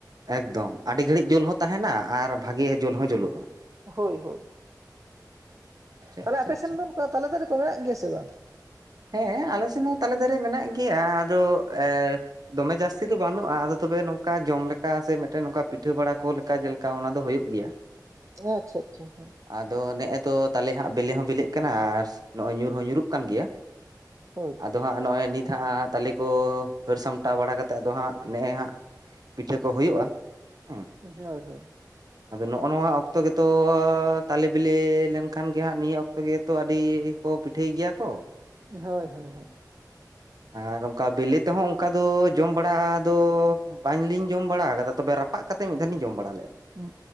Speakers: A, on the right; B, on the right.
A: ᱮᱠᱫᱚᱢ ᱟᱹᱰᱤ ᱜᱷᱟᱹᱲᱤᱡ ᱡᱳᱞ ᱦᱚᱸ ᱛᱟᱦᱮᱱᱟ ᱟᱨ ᱵᱷᱟᱜᱮ ᱡᱳᱞ ᱦᱚᱸ ᱡᱩᱞᱩᱜᱼᱟ᱾
B: ᱦᱳᱭ ᱦᱳᱭ
A: ᱟᱪᱪᱷᱟ
B: ᱛᱟᱦᱞᱮ
A: ᱟᱪᱪᱷᱟ
B: ᱟᱯᱮ ᱥᱮᱱ
A: ᱟᱪᱪᱷᱟ
B: ᱫᱚ ᱚᱱᱠᱟ ᱛᱟᱞᱮ ᱫᱟᱨᱮ ᱠᱚ ᱢᱮᱱᱟᱜ ᱜᱮᱭᱟ ᱥᱮ ᱵᱟᱝ?
A: ᱦᱮᱸ ᱟᱞᱮ ᱥᱮᱫ ᱦᱚᱸ ᱛᱟᱞᱮ ᱫᱟᱨᱮ ᱢᱮᱱᱟᱜ ᱜᱮᱭᱟ ᱟᱫᱚ ᱮ ᱫᱚᱢᱮ ᱡᱟᱹᱥᱛᱤ ᱫᱚ ᱵᱟᱹᱱᱩᱜᱼᱟ ᱟᱫᱚ ᱛᱚᱵᱮ ᱱᱚᱝᱠᱟ ᱡᱚᱢ ᱞᱮᱠᱟ ᱥᱮ ᱢᱤᱫᱴᱮᱱ ᱱᱚᱝᱠᱟ ᱯᱤᱴᱷᱟᱹ ᱵᱟᱲᱟ ᱠᱚ ᱞᱮᱠᱟ ᱡᱮᱞᱮ ᱠᱟ ᱚᱱᱟ ᱫᱚ ᱦᱩᱭᱩᱜ ᱜᱮᱭᱟ᱾
B: ᱦᱮᱸ ᱟᱪᱪᱷᱟ ᱟᱪᱪᱷᱟ ᱦᱮᱸ᱾
A: ᱟᱫᱚ ᱱᱮᱜᱼᱮ ᱫᱚ ᱛᱟᱞᱚᱞᱮ ᱦᱟᱸᱜ ᱵᱞᱮ ᱦᱚᱸ ᱵᱤᱞᱤᱮᱜ ᱠᱟᱱᱟ ᱟᱨ ᱱᱚᱜᱼᱚᱭ ᱧᱩᱨ ᱦᱚᱸ ᱧᱩᱨᱩᱜ ᱠᱟᱱ ᱜᱮᱭᱟ᱾
B: ᱦᱳᱭ
A: ᱟᱫᱚ ᱦᱟᱸᱜ ᱱᱚᱜᱼᱚᱭ ᱱᱤᱛ ᱦᱟᱸᱜ ᱛᱟᱞᱮ ᱠᱚ ᱦᱟᱹᱨ ᱥᱟᱢᱴᱟᱣ ᱵᱟᱲᱟ ᱠᱟᱛᱮᱫ ᱟᱫᱚ ᱦᱟᱸᱜ ᱱᱮᱜᱼᱮ ᱦᱟᱸᱜ ᱯᱤᱴᱷᱟᱹ ᱠᱚ ᱦᱩᱭᱩᱜᱼᱟ ᱦᱩᱸ᱾
B: ᱦᱳᱭ ᱦᱳᱭ᱾
A: ᱟᱫᱚ ᱱᱚᱜᱼᱚ ᱱᱚᱣᱟ ᱚᱠᱛᱚ ᱜᱮᱛᱚ ᱛᱟᱞᱮ ᱵᱤᱞᱮ ᱞᱮᱱᱠᱷᱟᱱ ᱜᱮ ᱦᱟᱸᱟᱜ ᱱᱤᱭᱟᱹ ᱚᱠᱛᱚ ᱜᱮᱛᱚ ᱟᱹᱰᱤ ᱠᱚ ᱯᱤᱴᱷᱟᱹᱭ ᱜᱮᱭᱟ ᱠᱚ᱾
B: ᱦᱳᱭ ᱦᱳᱭ ᱦᱳᱭ᱾
A: ᱟᱨ ᱚᱱᱠᱟ ᱵᱤᱞᱤ ᱛᱮᱦᱚᱸ ᱚᱱᱠᱟ ᱫᱚ ᱡᱚᱢ ᱵᱟᱲᱟ ᱫᱚ ᱵᱟᱝᱞᱤᱧ ᱡᱚᱢ ᱵᱟᱲᱟ ᱟᱠᱟᱫᱟ ᱛᱚᱵᱮ ᱨᱟᱯᱟᱜ ᱠᱟᱛᱮ ᱢᱤᱫᱷᱟ ᱞᱤᱧ ᱡᱚᱢ ᱵᱟᱲᱟ ᱞᱮᱫᱼᱟ᱾
B: ᱦᱩᱸ